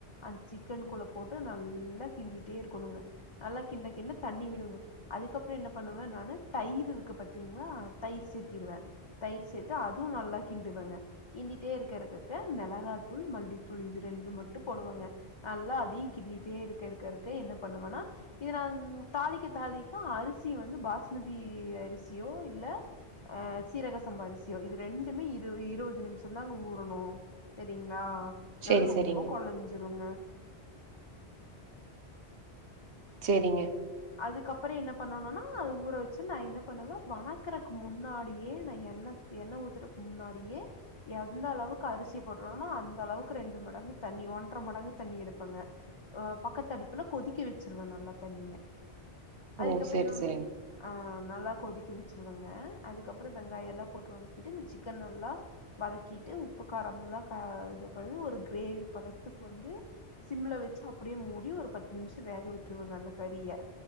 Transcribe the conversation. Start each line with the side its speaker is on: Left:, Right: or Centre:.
Left: அந்த சிக்கன் குள்ள போட்டு நல்லா கிண்டிட்டே இருக்கணுங்க நல்லா கிண்ட கிண்ட தண்ணி விடுங்க அதுக்கப்றோ என்ன பண்ணுவே நானு தயிர் இருக்கு பாத்தீங்களா தயிர் சேத்திருவே தயிர் சேத்து அதுவு நல்லா கிண்டுவங்க கிண்டிட்டே இருக்க இருக்கருக்க மெளகா தூள் மல்லித்தூள் இது ரெண்டு மட்டு போடுவங்க நல்லா அதி கிண்டிட்டே இருக்க இருக்க இருக்க என்ன பண்ணுவனா இத நா தாளிக்க தாளிக்க அரிசி வந்து பாஸ்மதி அரிசியோ இல்ல அ சீரக சம்பா அரிசியோ இது ரெண்டுமே இரு இருவது நிம்ஷ தாங்க ஊறணு செரிங்களா இல்லன்னா
Right: சேரி
Left: ரொம்ப
Right: சேரிங்க
Left: கொலஞ்சிருங்க
Right: சேரிங்க
Left: அதுக்கப்றோ என்ன பண்ணணுன்னா அது ஊற வச்சு நா என்ன பண்ணுவே வணக்கறக்கு முன்னாடியே நா எண்ண இது எண்ண ஊத்தறக்கு முன்னாடியே எந்த அளவுக்கு அரிசி போடுறோனா அந்த அளவுக்கு ரெண்டு மடங்கு தண்ணி ஒன்றர மடங்கு தண்ணி எடுப்பங்க அ பக்கத்து அடுப்புல கொதிக்க வச்சிருவே நல்லா தண்ணிய அதுக்கப்பறோ
Right: ஓ! சரி,
Left: என்ன பண்ணு
Right: சரிங்க.
Left: அ நல்லா கொதிக்க வச்சிருவாங்க அதுக்கப்பறோ வெங்காயோ எல்லா போட்டு வனக்கிட்டு இந்த சிக்கன் நல்லா வதக்கிட்டு உப்பு காரம்ல்லா க இத பது ஒரு கிரேவி பதத்துக்கு வந்து சிம்மில வச்சு அப்டியே மூடி ஒரு பத்து நிம்ஷ ட்டு வேக விட்ருவங்க அந்த கறிய